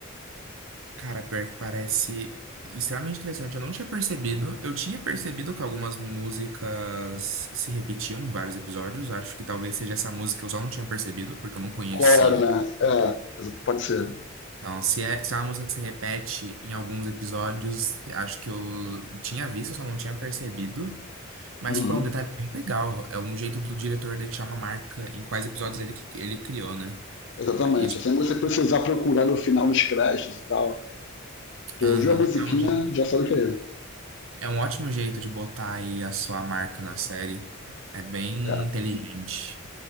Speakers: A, on the right; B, on the left.
A: Cara, pior que parece extremamente interessante. Eu não tinha percebido. Eu tinha percebido que algumas músicas se repetiam em vários episódios. Acho que talvez seja essa música que eu só não tinha percebido, porque eu não conhecia.
B: Qual era, né? É, pode ser.
A: Então, se é, se é uma música que se repete em alguns episódios, acho que eu tinha visto, só não tinha percebido. Mas
B: Uhum,
A: foi um detalhe bem legal. É um jeito do diretor deixar uma marca em quais episódios ele, ele criou, né?
B: exatamente.
A: É Isso.
B: Sem você precisar procurar no final nos créditos e tal. Tu
A: Aham.
B: ouviu a musiquinha,
A: É um jeito.
B: já sabe que é ele.
A: É um ótimo jeito de botar aí a sua marca na série. É bem
B: É,
A: inteligente.